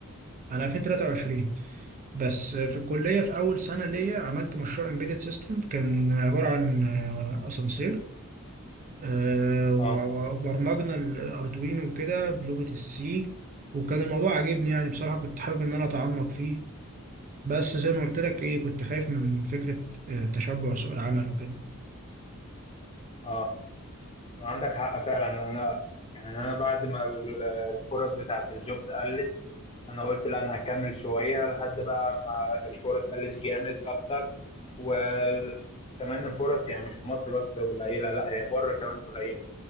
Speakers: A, on the right; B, on the left.
A: أنا 2023 بس في الكلية في أول سنة ليا عملت مشروع امبيدد سيستم كان عبارة عن آه، أسانسير آه، و-
B: اه
A: وبرمجنا الأردوينو وكده بلغة السي وكان الموضوع عاجبني يعني بصراحة كنت حابب إن أنا أتعمق فيه بس زي ما قلت لك ايه كنت خايف من فكرة آه، تشبع سوق العمل وكده
B: اه عندك حق فعلا انا يعني انا بعد ما ال- الفرص بتاعت الجوبز قلت انا قلت لا انا هكمل شوية لحد بقى ما الفرص قلت جامد اكتر وكمان الفرص يعني مش في مصر بس قليلة لا هي بره كمان قليلة